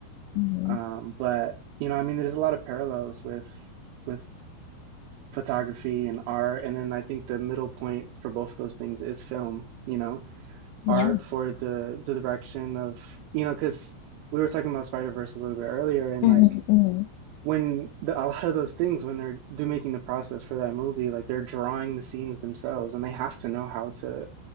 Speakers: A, on the left; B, on the right.
A: mhm.
B: Um, but you know, I mean, there's a lot of parallels with with photography and art, and then I think the middle point for both of those things is film, you know,
A: yeah.
B: art for the the direction of, you know, because we were talking about Spider-Verse a little bit earlier, and
A: hmm
B: like when the, a lot of those things when they're do making the process for that movie like they're drawing the scenes themselves and they have to know how to